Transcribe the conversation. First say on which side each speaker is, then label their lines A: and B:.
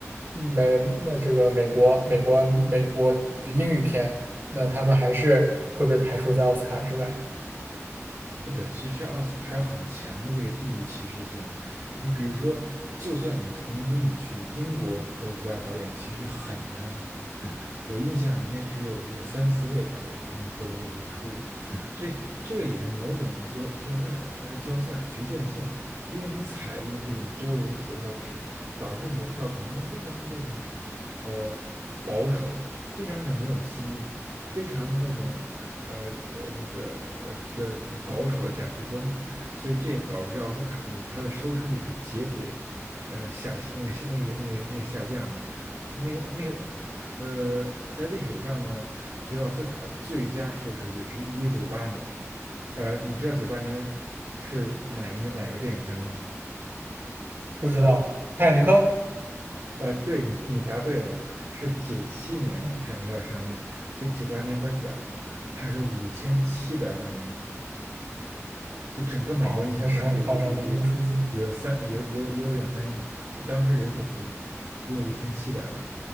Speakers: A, on the right (about 45°); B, on the right (about 80°).
A: 美呃这个美国美国美国就英语片，那他们还是会被排除在奥斯卡之外。
B: 是的，其实奥斯卡还有很强的这个地域歧视性。你比如说，就算你是同英语区的，英国获得最佳导演其实很难很难。我印象里应该只有这个三四位导演才能获得过这个殊荣，所以这个也是某种就就奥斯卡呃就奥斯卡局限性，因为你采用这种多轮投票制，导致你的票可能非常的这种呃保守，非常的没有新意，非常的那种呃呃那个呃这个这个保守的价值观，所以这也导致奥斯卡的它的收视率是节节呃下那个那个那个那个下降的，那个那个呃在历史上呢，这个奥斯卡最佳收视率是一九九八年，呃你知道九八年是哪一年哪个电影上映吗？
A: 不知道《泰坦尼克》
B: 呃，对你你答对了，是九七年《泰坦尼克号》上映，
A: 嗯，
B: 所以九八年颁奖嘛，它是五千七百万人就整个美国，
A: 哦，
B: 你想，
A: 那是很夸张的一个数字。
B: 当时也也也也也有三，也有也有也有两三亿，我当时人数不知道，有五千七百万。